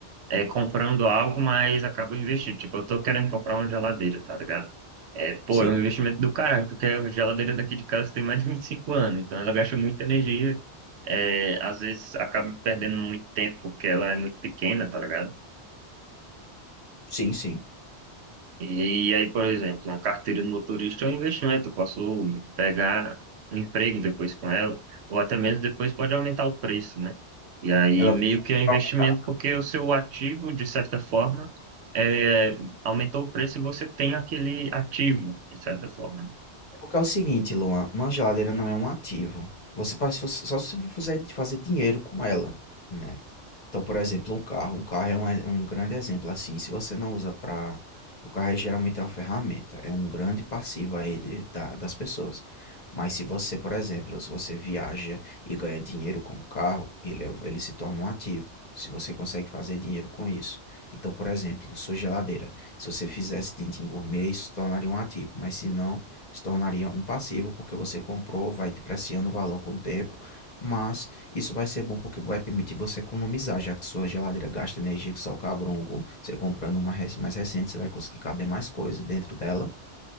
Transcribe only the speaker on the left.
Sim,
sim, sim.
Ela
vai
aumentar
porque é o seguinte, Luan, uma geladeira não é um ativo. Você faz só se você fizer fazer dinheiro com ela, né? Então, por exemplo, um carro. Um carro é um, é um grande exemplo. Assim, se você não usa para. O carro é, geralmente é uma ferramenta, é um grande passivo aí de- da- das pessoas. Mas se você, por exemplo, se você viaja e ganha dinheiro com o carro, ele, é- ele se torna um ativo. Se você consegue fazer dinheiro com isso. Então, por exemplo, sua geladeira. Se você fizesse dindim gourmet, isso se tornaria um ativo. Mas se não, se tornaria um passivo, porque você comprou, vai depreciando o valor com o tempo. Mas isso vai ser bom porque vai permitir você economizar, já que sua geladeira gasta energia que só o cabronco. Você comprando uma rec- mais recente, você vai conseguir caber mais coisas dentro dela.